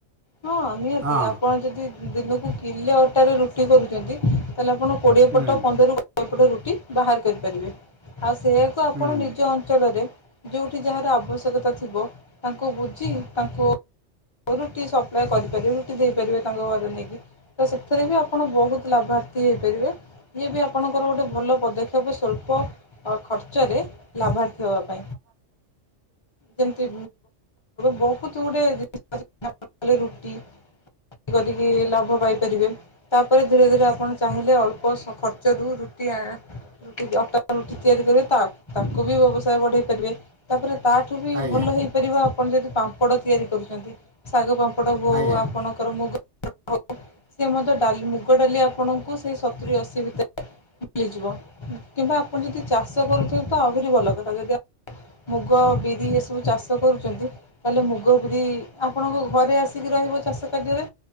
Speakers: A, on the left; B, on the right.
A: ହଁ, ନିହାତି
B: ହଁ।
A: ଆପଣ ଯଦି ଦିନକୁ କିଲେ ଅଟାରେ ରୁଟି କରୁଛନ୍ତି, ତାହେଲେ ଆପଣ କୋଡ଼ିଏ
B: ହୁଁ
A: ପଟ ପନ୍ଦର ରୁ ପଟ ରୁଟି ବାହାର କରିପାରିବେ। ଆଉ ସେଆକୁ ଆପଣ
B: ହୁଁ
A: ନିଜ ଅଞ୍ଚଳରେ ଯୋଉଠି ଯାହାର ଆବଶ୍ୟକତା ଥିବ, ତାଙ୍କୁ ବୁଝି ତାଙ୍କୁ ରୁଟି ସପ୍ଲାଏ କରିପାରିବେ। ରୁଟି ଦେଇପାରିବେ ତାଙ୍କ ଘରେ ନେଇକି ତ ସେଥିରେ ବି ଆପଣ ବହୁତ ଲାଭ ତି ହେଇପାରିବେ। ଇଏବି ଆପଣଙ୍କର ଗୋଟ ଭଲ ପଦକ୍ଷେପ ସ୍ୱଳ୍ପ ଖର୍ଚ୍ଚରେ ଲାଭାର୍ଥି ହବା ପାଇଁ
B: ହଁ ହଁ
A: ଯେମତି ବହୁତ ଗୁଡେ ଜି <inaudible> ରୁଟି ରୁଟି କରିକିଲାଭ ପାଇପାରିବେ। ତାପରେ ଧୀରେ ଧୀରେ ଆପଣ ଚାହିଁଲେ ଅଳ୍ପ ଖର୍ଚ୍ଚରୁ ରୁ ରୁଟି-ଆ-ଆ କି ଅଟା ଆମେ ତିଆରି କରିବା, ତାକୁ ବି ବ୍ୟବସାୟ ବଢେଇ ପାରିବେ, ତାପରେ ତାଠୁ ବି
B: ଆଜ୍ଞା
A: ଭଲ ହେଇପାରି ଆପଣ ଯଦି ପାମ୍ପଡ଼ ତିଆରି କରୁଛନ୍ତି, ଶାଗୁ ପାମ୍ପଡ଼ ହଉ,
B: ଆଜ୍ଞା
A: ଆପଣଙ୍କର ମୁଗ ଆଉ ସେ ମଧ୍ୟ ଡାଲି ମୁଗ ଡାଲି ଆପଣଙ୍କୁ ସେଇ ସତୁରି ଅଶୀ ଭିତରେ ମିଳିଯିବ। କିମ୍ବା ଆପଣ ଯଦି ଚାଷ କରୁଥିବେ ତ ଆହୁରି ଭଲ କଥା, ଯଦି ମୁଗ, ବିରି ଏସବୁ ଚାଷ କରୁଚନ୍ତି। ତାହେଲେ ମୁଗ, ବିରି ଆପଣଙ୍କ ଘରେ ଆସିକି ରହିବ ଚାଷ କାର୍ଯ୍ୟରେ,